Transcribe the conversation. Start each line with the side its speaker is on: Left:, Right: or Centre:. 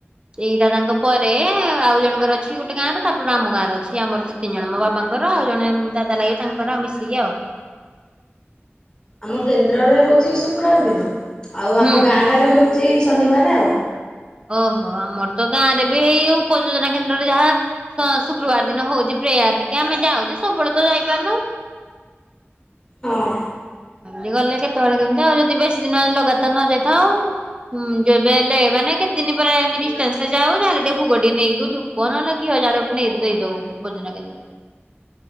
Right: ଏଇ ଦାଦାଙ୍କ ପରେ ଆଉ ଜଣଙ୍କର ଅଛି ଗୋଟେ ଗାଁରେ ତାପରେ ଆମ ଗାଁ ର ଅଛି ଆମର ଦି ତିନି ଜଣ ମୋ ବାବାଙ୍କର ଆଉ ଜଣେ ଦାଦା ଲାଗିବେ ତାଙ୍କର ଆଉ ମିଶିକି ଆଉ।
Left: ଆମ କେନ୍ଦ୍ରରେ ହଉଛି ଶୁକ୍ରବାର ଦିନ ଆଉ
Right: ହୁଁ।
Left: ଆମ ଗାଁ ଟାରେ ହଉଚି ଶନିବାର ଆଉ।
Right: ଓହୋ ଆମର ତ ଗାଁ ରେ ବି ଏଇ ଉପଯୋଜନା କେନ୍ଦ୍ରରେ ଯାହା ଶୁକ୍ରବାର ଦିନ ହଉଛି ପ୍ରେୟାର ଟିକେ ଆମେ ଯାଉଜୁ ସବୁବେଳେ ତ ଯାଇପାରୁନୁ।
Left: ହଁ
Right: ଯେ ଗଲେ କେତେବେଳେ କେମିତି ଆଉ ଯଦି ବେଶୀ ଦିନେ ଲଗାତାର ନ ଯାଇଥାଉ ହୁଁ ଯେବେ ହେଲେ ଏ ମାନେ କେତେ ଦିନ ପରେ ଏମତି ଡିଷ୍ଟାନ୍ସ ରେ ଯାଉ ଯାହେଲେ ଟିକେ ଭୋଗ ଟିକେ ନେଇକି ଧୁ ପ ନ ହେଲେ ଘିଅ ଯାହେଲେ ଗୋଟେ ନେଇକି ଦେଇଦଉ ଖୋଜନା କେନ୍ଦ୍ରରେ।